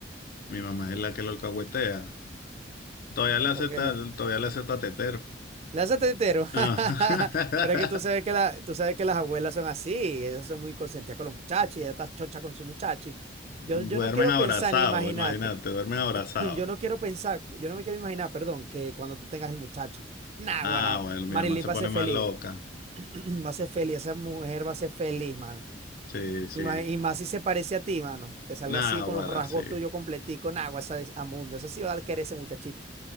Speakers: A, on the left (about 50°); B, on the right (about 35°).
A: Mi mamá es la que lo alcahuetea. Todavía le hace,
B: ¿Por qué
A: ta-
B: le?
A: todavía le hace tatetero.
B: Le hace tetero. <laughs>
A: Ah.
B: Pero es que tú sabes que, la, tú sabes que las abuelas son así, ellas son muy consentidas con los muchachos, y ella está chocha con su muchacho. y
A: <laughs>
B: Yo,
A: Duermen
B: yo no quiero
A: abrazados,
B: pensar ni imagínate.
A: imagínate, duermen abrazados.
B: <laughs> Yo no quiero pensar, yo no me quiero imaginar, perdón, que cuando tú tengas el muchacho. Naguará.
A: Ah, bueno, mi
B: Marilyn
A: mamá se
B: va
A: pone
B: a ser feliz.
A: más loca.
B: bo. <clears throat> Va a ser feliz, esa mujer va a ser feliz, mano.
A: Sí, sí.
B: Y más, y más si se parece a ti, mano. Que salga
A: Nah,
B: así
A: ahora
B: con los rasgos
A: sí.
B: tuyos completico, nagua, esa es- a mundo. Eso sí va a querer ese muchachito.